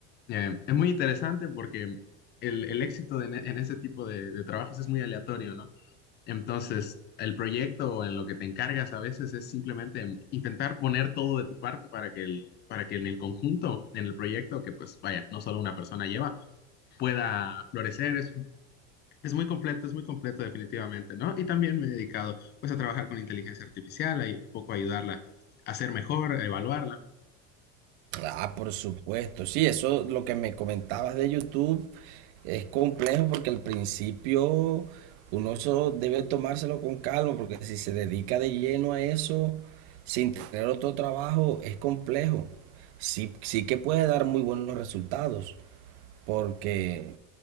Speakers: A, on the left; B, on the right.
A: Eh, es muy interesante porque el, el éxito de- en ese tipo de, de trabajos es muy aleatorio, ¿no? Entonces, el proyecto o en lo que te encargas a veces es simplemente intentar poner todo de tu parte para que el, para que en el conjunto, en el proyecto, que pues vaya, no solo una persona lleva pueda florecer. Es, es muy completo, es muy completo definitivamente, ¿no? Y también me he dedicado pues a trabajar con inteligencia artificial, a un poco ayudarla a ser mejor, a evaluarla.
B: Ah, por supuesto, sí, eso lo que me comentabas de YouTube es complejo porque al principio uno eso debe tomárselo con calma, porque si se dedica de lleno a eso, sin tener otro trabajo, es complejo. Sí, sí que puede dar muy buenos resultados, porque